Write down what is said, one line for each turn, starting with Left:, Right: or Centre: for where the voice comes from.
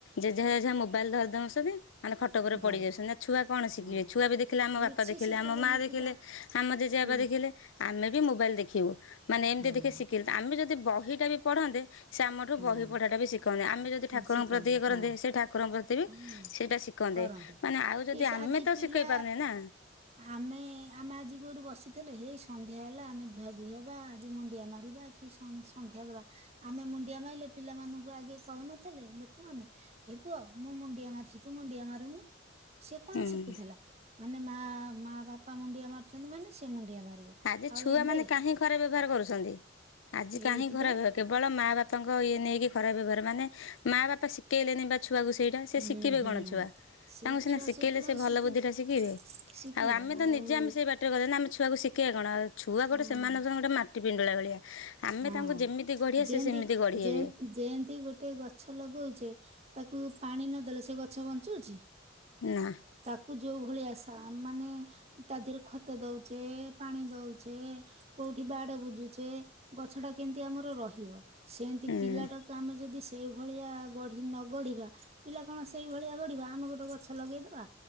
Left: ଜେଜେଜେଜେ ମୋବାଇଲ ଧରେଇ ଦଉଛନ୍ତି। ମାନେ ଖଟଉପରେ ପଡି
Right: ଗଲା
Left: ଯାଉଛନ୍ତି ନା ଛୁଆ କଣ ଶିଖିବେ
Right: ହଁ
Left: ଛୁଆ ବି ଦେଖିଲ ଆମ
Right: କିଛି
Left: ବାପା ଦେଖିଲେ
Right: ଶିଖିଲେନି
Left: ଆମ ମା ଦେଖିଲେ
Right: ପିଲା
Left: ଆମ ଜେଜେ ବାପା
Right: ପିଲ
Left: ଦେଖିଲେ ଆମେ ବି ମୋବାଇଲ ଦେଖିବୁ ମାନେ ଏମିତି
Right: ହଁ
Left: ଦେଖି ଶିଖିଲେ ଆମେ ଯଦି ବହିଟା ବି ପଢନ୍ତେ। ସେ ଆମଠାରୁ
Right: ହଁ
Left: ବହି ପଢ଼ାଟା ବି ଶିଖନ୍ତେ ଆମେ ଯଦି ଠାକୁରଙ୍କୁ
Right: ଶିଖନ୍ତେ
Left: ପ୍ରତି ଇଏ କରନ୍ତେ
Right: ହଁ
Left: ସେ ଠା ଠାକୁର ପ୍ରତି ବି
Right: ହଁ
Left: ସେଇଟା ଶିଖନ୍ତେ
Right: କରନ୍ତି
Left: ମାନେ ଆଉ
Right: କି
Left: ଯଦି
Right: ସେ
Left: ଆମେ
Right: ଆଜି
Left: ତ
Right: ପିଲା
Left: ଶିଖେଇ ପାରୁନେ ନା।
Right: ଆମେ ଆମେ ଆଜି କୋଉଠି ବସିଥିଲେ ହେଇ ସନ୍ଧ୍ୟା ହେଲା ଆମେ ଧୁଆଧୁଇ ହବା ଆଜି ମୁଣ୍ଡିଆ ମାରିବା। କି ସନ୍ଧ୍ୟା ଦବା ଆମେ ମୁଣ୍ଡିଆ ମାଇଲେ ପିଲାମାନଙ୍କୁ ଆଗେ କହୁନଥିଲେ ଲୋକମାନେ ଏ ପୁଅ ମୁଁ ମୁଣ୍ଡିଆ ମାରୁଛି ତୁ ମୁଣ୍ଡିଆ ମାରୁନୁ। ସିଏ କଣ
Left: ହୁଁ।
Right: ଶିଖୁଥିଲା ମାନେ ମା ମା ବାପା ମୁଣ୍ଡିଆ ମାରୁଛନ୍ତି ମାନେ ସେ ମୁଣ୍ଡିଆ ମାରିବ।
Left: ଆଜି
Right: ଆଉ
Left: ଛୁଆ
Right: ଏବେ
Left: ମାନେ କାହିଁ ଖରା ବ୍ୟବହାର କରୁଛନ୍ତି ଆଜି
Right: ଏଇଥିପାଇଁ
Left: କାହିଁ ଖରା ବ୍ୟ କେବଳ ମା ବାପାଙ୍କ ଇଏ ନେଇକି ଖରାପ ବ୍ୟବହାର ମାନେ ମା ବାପା ଶିଖେଇଲେନି ବା ଛୁଆକୁ ସେଇଟା ସେ
Right: ହୁଁ
Left: ଶିଖିବେ
Right: ହୁଁ
Left: କଣ ଛୁଆ
Right: ସେ
Left: ତାଙ୍କୁ ସିନା
Right: ଛୁଆ
Left: ଶିଖେଇଲେ
Right: ସେଇଥିଲାଗି
Left: ସେ ଭଲ
Right: ଶିଖି
Left: ବୁଦ୍ଧି ଟା ଶିଖିବେ।
Right: ଶିଖିବେ
Left: ଆଉ ଆମ
Right: ଆଉ
Left: ତ ନିଜେ ଆମେ ସେଇ ବାଟରେ ଗଲେ ନା ଆମେ ଛୁଆକୁ କିଏ କଣ ଛୁଆ
Right: ହଁ
Left: ଗୋଟେ ସେମାନେ ହଉଚନ୍ତି ଗୋଟେ ମାଟି ପିଣ୍ଡୁଳା ଭଳିଆ। ଆମେ
Right: ହଁ
Left: ତାଙ୍କୁ ଯେମିତି ଗଢିବା
Right: ଯେଏନ୍ତି
Left: ସେ ସେମିତି ଗଢି ହେବେ
Right: ଯେ ଯେଏନ୍ତି ଗୋଟେ ଗଛ ଲଗଉଛେ ତାକୁ ପାଣି ନଦେଲେ ସେ ଗଛ ବଞ୍ଚୁଛି।
Left: ନା।
Right: ତାକୁ ଯୋଉ ଭଳି ଆସା ଆମ ମାନେ ତା ଦେହରେ ଖତ ଦଉଛେ ପାଣି ଦଉଛେ କୋଉଠି ବାଡ ବୁଜୁଛେ। ଗଛ ଟା କେମିତି ଆମର ରହିବ ସେମତି
Left: ହୁଁ।
Right: ପିଲାଟାକୁ ଆମେ ଯଦି ସେଇ ଭଳିଆ ଗଢି ନ ଗଢିବା ପିଲା କଣ ସେଇଭଳିଆ ଗଢିବା ଆମେ ଗୋଟେ ଗଛ ଲଗେଇଦବା